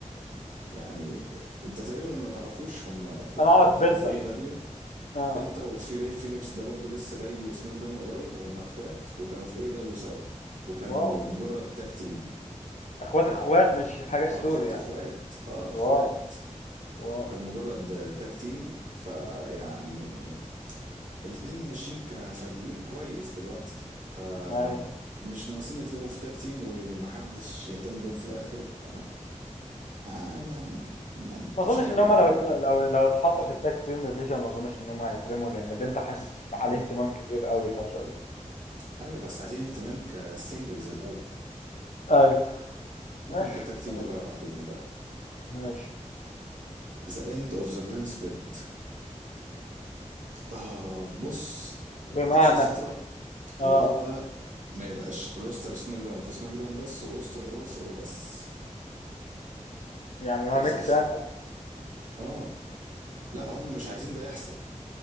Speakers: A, on the right; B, on the left.
A: يعني انت تقريبا ما تعرفوش هم اخوات
B: أنا أعرف
A: وكانوا
B: بنتك
A: في اي دبليو
B: آه
A: بنتا وفي راي فينيكس ده برضو لسه جاي سماك داون قريب هم اخوات وكانوا في اي دبليو سوا وكانوا
B: واو
A: مجرد تاج تيم
B: إخوات إخوات مش حاجة ستوري
A: اه اخوات
B: يعني
A: اخوات اه اخوات
B: واو واو
A: كانوا مجرد تاج تيم فيعني الاتنين ماشيين كفرديين كويس دلوقتي ف
B: أيوه
A: مش ناقصين يترموا في تاج تيم ومحدش يهتم بيهم في الاخر ف آه ما ما
B: ما اظنش
A: مش هتكلم
B: ان هم
A: اكتر
B: لو اتل-
A: من كده
B: لو لو اتحطوا في التاج تيم ديفيجن ما اظنش ان هم هيترموا لان بنت حاسس عليه
A: آه.
B: اهتمام كبير قوي الفتره دي
A: ايوه بس عايزين اهتمام كسنجلز الاول
B: ايوه
A: ممكن
B: ماشي
A: كتاك تيم
B: ماشي
A: ده بقى بعدين بقى
B: ماشي
A: ذا اند اوف ذا برين سبليت آه بص
B: بمعنى
A: اخر فتره
B: اه
A: اللي هو ما يبقاش روستر سماك داون في سماك داون بس وروستر رو في الرو بس
B: يعملوها
A: اخر
B: ميكس
A: ف...
B: يعني
A: اه لا هم مش عايزين ده يحصل